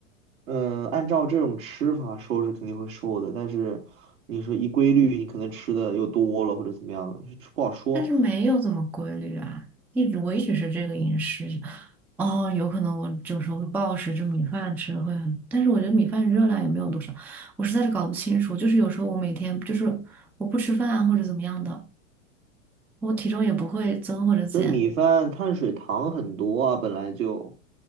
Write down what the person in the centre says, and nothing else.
但是没有怎么规律啊，一直我一直是这个饮食。哦，有可能我有时候会暴食，就米饭吃会很，但是我觉得米饭热量也没有多少，我实在是搞不清楚。就是有时候我每天就是我不吃饭啊或者怎么样的，我体重也不会增或者减，